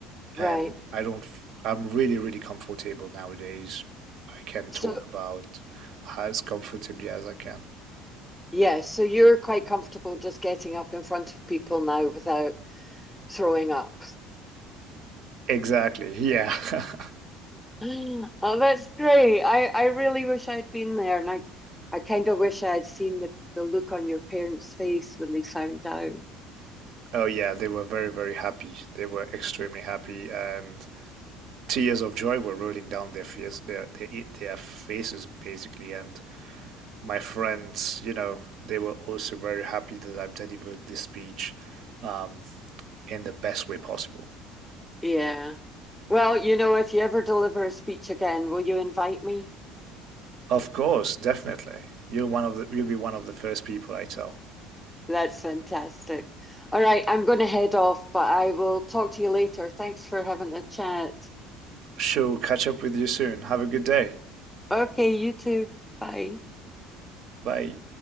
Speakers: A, in the centre; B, on the right.
A: Right.
B: And I don't, i I'm really, really comfortable nowadays. I can
A: So,
B: talk about as comfortably as I can.
A: yeah, so you're quite comfortable just getting up in front of people now without throwing up.
B: Exactly. Yeah. <laughs>
A: Oh, that's great. I, I really wish I'd been there, and I, I kind of wish I had seen the, the look on your parents' face when they found out.
B: Oh yeah, they were very, very happy. They were extremely happy, and tears of joy were rolling down their face, their, their e, their faces basically. And my friends, you know, they were also very happy that I've delivered this speech, um, in the best way possible.
A: Yeah. Well, you know, if you ever deliver a speech again, will you invite me?
B: Of course, definitely. You're one of the, you'll be one of the first people I tell.
A: That's fantastic. All right, I'm going to head off, but I will talk to you later. Thanks for having a chat.
B: Sure, catch up with you soon. Have a good day.
A: Okay, you too. Bye.
B: Bye.